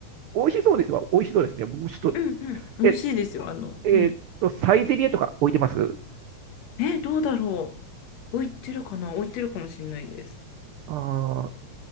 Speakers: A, on the right; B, on the left.
A: 美味しそうですわ。美味しそうですね。もうちょっと、
B: うんうん。美味しいですよ。
A: え、
B: あの、
A: えーっと、
B: うん。
A: サイゼリエとか置いてます
B: え、どうだろう。置いてるかな置いてるかもしれないです。
A: あ